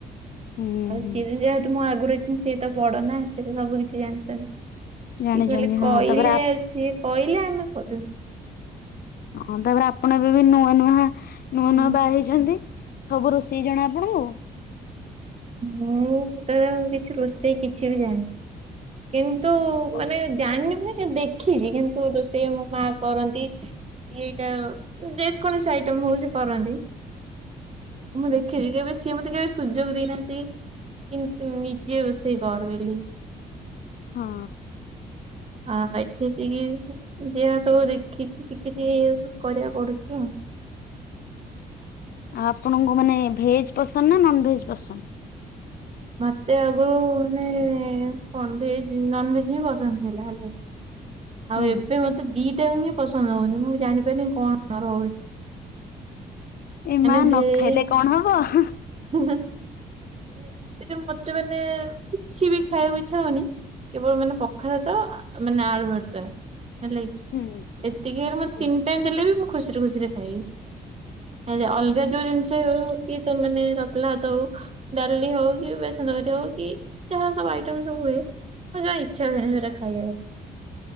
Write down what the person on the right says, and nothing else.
ଆଉ ସିଏ
ଯେହେତୁ ମୋ ଆଗରୁ ଆଇଛନ୍ତି। ସିଏ ତ ବଡ଼ ନା ସିଏ ତ ସବୁ କିଛି ଜାଣିଛନ୍ତି।
ସିଏ ଖାଲି
କହିଲେ
ସିଏ କହିଲେ ଆମେ କରିବୁ।
ହଁ।
ମୁଁ ତ କିଛି ରୋଷେଇ କିଛି ବି ଜାଣିନି, କିନ୍ତୁ
ମାନେ ଜାଣିନି ମାନେ ଦେଖିଛି, କିନ୍ତୁ ରୋଷେଇ ଆମ ମା କରନ୍ତି। ଏଇଟା ଯେକୌଣସି ଆଇଟମ ହଉ ସେ କରନ୍ତି। ମୁଁ ଦେଖିଛି, କେବେ ସିଏ ମତେ କେବେ ସୁଯୋଗ ଦେଇନାହାନ୍ତି। କିନ୍ତୁ ନିଜେ ରୋଷେଇ ଘର ବୋଲି,
ଆଉ ଏଠି ସେ ଯାହା ସବୁ ଦେଖିଛି, ଶିଖିଛି ଏଇ ସବୁ କରିବାକୁ ପଡୁଛି ଆଉ
ମତେ ଆଗରୁ ମାନେ କଣ ଭେଜ ନନ ଭେଜ୍ ହିଁ ପସନ୍ଦ ଥିଲା ହେଲା, ଆଉ
ଏବେ ମତେ ଦିଟା ହିଁ ପସନ୍ଦ ହଉନି ମୁଁ ଜାଣିପାରିନି କଣ ହଉଛି।
ମାନେ
ଭେଜ୍
<inaudible>
ହିଁ ହିଁ, ମତେ ମାନେ କିଛି ବି ଖାଇବାକୁ ଇଛା ହଉନି। କେବଳ ମାନେ ପଖାଳ ଭାତ, ମାନେ ଆଳୁ ଭର୍ତା। ହେଲାକି,
ଏତିକି ରୁ ମୋର
ତିନି <inaudible> ଦେଲେ ବି ମୁଁ ଖୁସିରେ ଖୁସିରେ ଖାଇବି ଅଲଗା ଯୋଉ ଜିନିଷ ହଉଚି <inaudible> ଯେ ତତଲା ଭାତ, ହଉ ଡାଲି ହଉ କି ବେସନତକାରୀ, ହଉ କି ଯାହା ସବୁ ଆଇଟମ ସବୁ ହୁଏ, ମୋର ଜମା ଇଚ୍ଛା ହୁଏନି, ସେଗୁରା ଖାଇବାକୁ।